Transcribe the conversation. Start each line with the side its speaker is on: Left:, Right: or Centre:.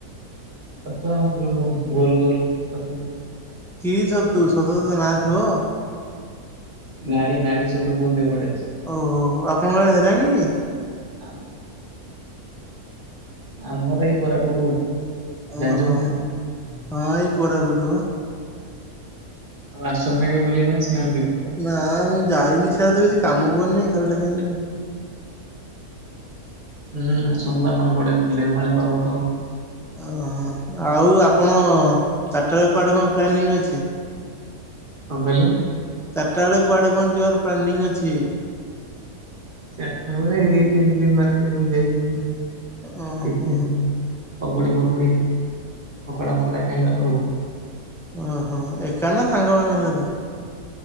Right: ଛତୁ ଆ ମ ଯୋଉ ଗୋଲ ଗୋଲ ଛତୁ।
Centre: କି ଛତୁ ଛତୁର ତ ନା ଥିବ।
Right: ନାଡି ନାଡି ଛତୁ କୁହନ୍ତି ଏପଟେ।
Centre: ଓହୋ ଆପଣଙ୍କଆଡେ ହେଲାଣି କି।
Right: ହଁ। ଆମ ଘର ଏଇ କୋରାପୁଟୁ। ଜାଣିଛନ୍ତି
Centre: ଓହୋ,
Right: ନା?
Centre: ହଁ ଏଇ କୋରାପୁଟ
Right: ଆଉ ଆସୁଛନ୍ତି ନା କେବେ ବୁଲିବା ପାଇଁ, ଆସୁନାହାନ୍ତି?
Centre: ନାଁ, ମୁଁ ଯାଇନି ସେଆତ, କିଛି କାମ ପଡ଼ିନି, ଖାଲିଟା କାହିଁକି ଯିବି।
Right: ହୁଁ ଆସନ୍ତୁ ଆମର ଏପଟେ, ଦେଓମାଳି ପର୍ବତ
Centre: ଓହୋ, ଆଉ ଆପଣ, ଚାରଟାରେ କୁଆଡେ କଣ ପ୍ଲାନିଂ ଅଛି?
Right: କଣ କହିଲେ?
Centre: ଚାରିଟା ବେଳେ କୁଆଡେ କଣ ଯିବାର ପ୍ଲାନିଂ ଅଛି?
Right: ଚାରିଟା ବେଳେ ଏଇ ଏମିତି ମାର୍କେଟ କୁ ଯାଇକି,
Centre: ଓହୋ
Right: ଟିଫିନି ପକୁଡି ଫକୁଡି, ପକୋଡା ଫକଡା, ଖାଇବାର ଆଉ
Centre: ଓହୋ, ଏକା ନା, ସାଙ୍ଗମାନଙ୍କ ସହିତ?